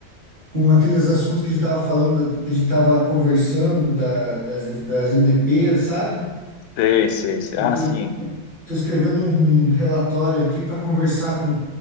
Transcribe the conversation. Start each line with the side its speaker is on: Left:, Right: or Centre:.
Right: com aqueles assuntos que a gente tava falando, que a gente tava conversando da, das, das EDPs, sabe?
Left: Sei, sei, sei.
Right: Eu
Left: Ah,
Right: tô,
Left: sim.
Right: tô, tô escrevendo um, um relatório aqui para conversar com